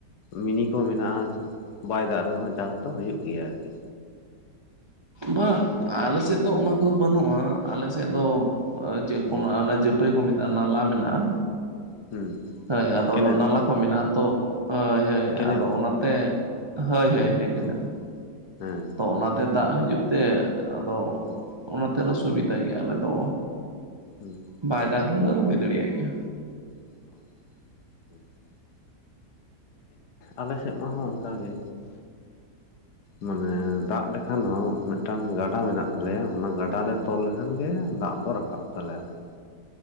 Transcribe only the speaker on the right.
ᱵᱟ ᱟᱞᱮ ᱥᱮᱫ ᱫᱚ ᱚᱱᱟ ᱠᱚᱫᱚ ᱵᱟᱹᱱᱩᱜ-ᱟ ᱟᱞᱮ ᱥᱮᱫ ᱫᱚ ᱪᱮᱫ
ᱠᱚ ᱢᱮᱱᱟᱜ-ᱟ ᱚᱱᱟ ᱡᱟᱯ ᱱᱟᱹᱭ ᱠᱚ ᱢᱮᱛᱟᱜ-ᱟ ᱱᱟᱞᱟ ᱢᱮᱱᱟᱜ-ᱟ᱾
ᱦᱳᱭ ᱟᱫᱚ
ᱚᱱᱟ ᱱᱟᱞᱟ ᱠᱚ ᱢᱮᱱᱟᱜ-ᱟ ᱛᱚ ᱦᱳᱭ ᱦᱳᱭ
ᱟᱫᱚ ᱚᱱᱟᱛᱮ ᱦᱳᱭ ᱦᱳᱭ ᱠᱮᱱᱮᱞ
ᱛᱚ ᱚᱱᱟᱛᱮ ᱫᱟᱜ ᱦᱤᱡᱩᱜ ᱛᱮ ᱟᱫᱚ
ᱚᱱᱟ ᱛᱮᱞᱮ ᱥᱩᱵᱤᱫᱟ ᱜᱮᱭᱟ ᱟᱞᱮ ᱫᱚ᱾
ᱵᱟᱭ ᱫᱟᱜ ᱨᱮᱦᱚᱸ ᱞᱮ ᱨᱚᱦᱚᱭ ᱫᱟᱲᱮᱭᱟᱜ ᱜᱮᱭᱟ᱾